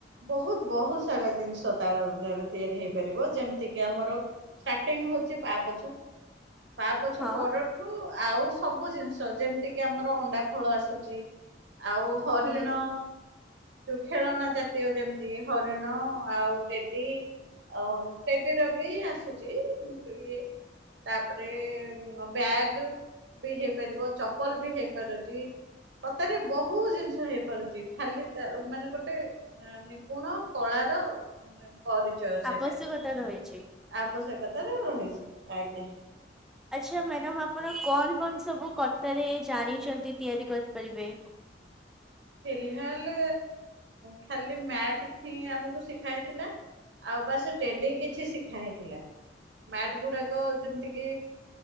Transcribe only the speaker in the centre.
ହଁ
ହୁଁ
ଆବଶ୍ୟକତା ରହିଛି
ଆଚ୍ଛା ମ୍ୟାଡାମ ଆପଣ କଣ କଣ ସବୁ କତାରେ ଜାଣିଛନ୍ତି ତିଆରି କରିପାରିବେ?